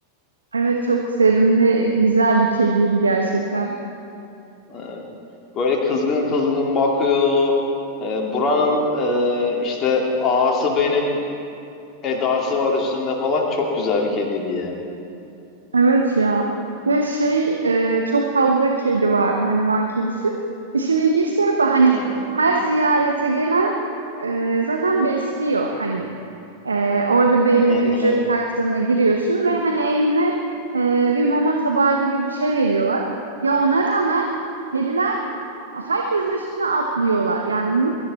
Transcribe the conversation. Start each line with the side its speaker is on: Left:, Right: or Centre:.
Right: Evet, çok sevimli, güzel bir kediydi gerçekten.
Left: Ee, böyle kızgın kızgın bakıyor. Ee, buranın e, işte ağası benim edası var üstünde falan çok güzel bir kediydi ya.
Right: Evet ya. Ya şey, e, çok fazla kedi vardı hani Van kedisi. İşin ilginç tarafı hani
Left: Hı hı.
Right: her ziyarete gelen e, zaten besliyor hani. Ee, orada belli
Left: Hı hı.
Right: bir ücret karşılığına giriyorsun ve hani eline e, bir mama tabağı gibi bir şey veriyorlar. Ya ona rağmen kediler herkesin üstüne atlıyorlar. Yani mu